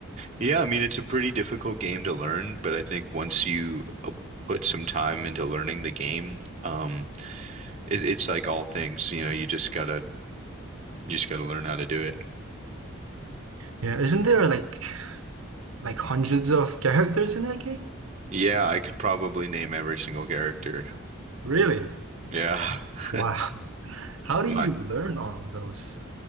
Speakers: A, on the right (about 35°); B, on the right (about 75°).
A: Yeah, I mean it's a pretty difficult game to learn, but I think once you uh, put some time into learning the game, um it, it's like all things, you know, you just gotta You just got to learn how to do it.
B: Yeah, isn't there like like hundreds of <laughs> characters in that game?
A: Yeah, I could probably name every single character.
B: Really?
A: Yeah.
B: Wow.
A: <laughs>
B: <laughs> How do
A: My
B: you learn all of those?